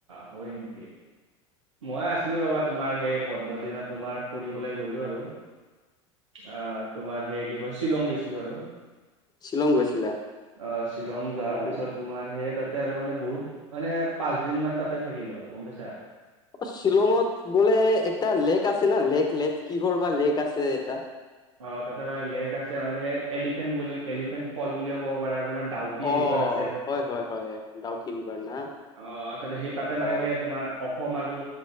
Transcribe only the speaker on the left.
শ্বিলং গৈছিলা?
অ
অ, শ্বিলঙত বোলে একটা লেক আছে না লেক-লেক কি কৰবা লেক আছে এটা
অ
হয় হয় হয় ডাউকি ৰিভাৰ না
অ